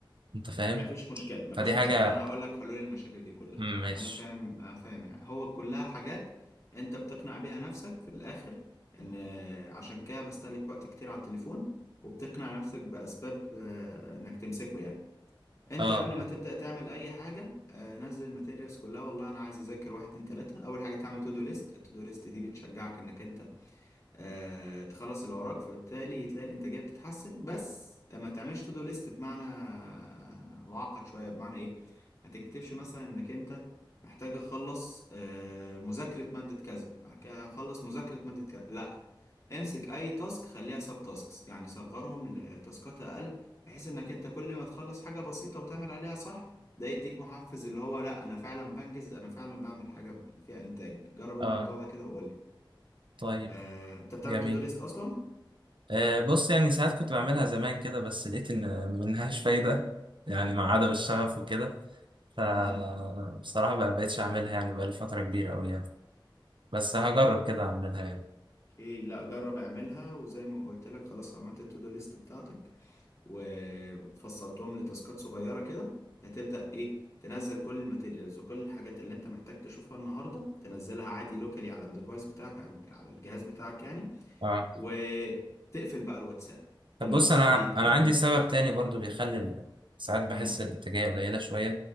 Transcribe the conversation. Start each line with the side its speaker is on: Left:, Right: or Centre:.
Right: انت فاهم
Left: ما فيش مشكلة ما
Right: فدي
Left: فيش
Right: حاجة
Left: مشكلة انا هقول لك حلول المشاكل دي كلها
Right: مم، ماشي
Left: انا فاهم انا فاهم يعني هو كلها حاجات انت بتقنع بيها نفسك في الاخر ان عشان كده بستهلك وقت كتير على التليفون وبتقنع نفسك بأسباب آه، انك تمسكه يعني انت
Right: اه
Left: قبل
Right: اه
Left: ما تبدأ تعمل اي حاجة آه، نزل الماتيريالز كلها والله انا عايز اذاكر واحد اتنين تلاتة اول حاجة تعمل تو دو ليست التو دو ليست دي بتشجعك انك انت آه، تخلص اللي وراك فبالتالي تلاقي الانتاجيه بتتحسن بس ما تعملش تو دو ليست بمعنى آه، معقد شويه بمعنى ايه ما تكتبش مثلا انك انت محتاج اخلص آه، مذاكره ماده كذا بعد كده اخلص مذاكره ماده كذا لا امسك اي تاسك خليها سب تاسكس يعني صغرهم لتاسكات اقل بحيث انك انت كل ما تخلص حاجه بسيطه وتعمل عليها صح ده يديك محفز اللي هو لا انا فعلا بنجز انا فعلا بعمل حاجه فيها انتاج جرب الموضوع
Right: اه
Left: ده كده وقول لي
Right: طيب
Left: آه، انت بتعمل
Right: جميل
Left: تو دو ليست اصلا
Right: آه، بص يعني ساعات كنت بعملها زمان كده بس لقيت ان منهاش فايدة يعني مع عدم الشغف وكده فبصراحة
Left: امم
Right: ما بقتش اعملها يعني بقالي فترة كبيرة أوي يعني بس هجرب كده اعملها يعني
Left: اوكي لا جرب اعملها وزي ما قلت لك خلاص عملت التو دو ليست بتاعتك وفصلتهم لتاسكات صغيره كده هتبدا ايه تنزل كل الماتيريالز وكل الحاجات اللي انت محتاج تشوفها النهارده تنزلها عادي لوكالي على الديفايس بتاعك على على الجهاز بتاعك يعني
Right: اه
Left: وتقفل بقى الواتساب
Right: طب
Left: الواتساب
Right: بص انا
Left: بيتقفل
Right: انا عندي سبب تاني برضو بيخلي ال- ساعات بحس
Left: امم
Right: الانتاجيه قليله شويه